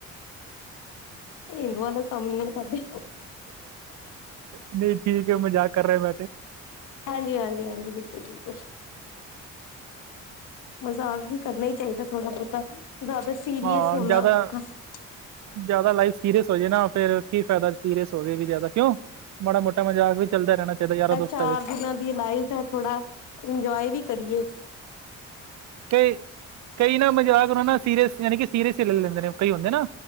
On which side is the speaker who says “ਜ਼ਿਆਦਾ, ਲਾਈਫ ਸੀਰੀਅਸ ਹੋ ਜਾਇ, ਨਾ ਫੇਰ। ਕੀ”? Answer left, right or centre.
Right